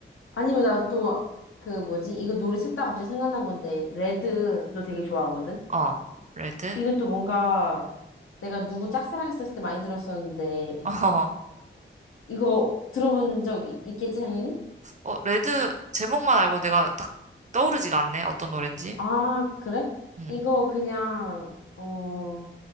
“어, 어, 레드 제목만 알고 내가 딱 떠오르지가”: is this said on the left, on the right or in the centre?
Right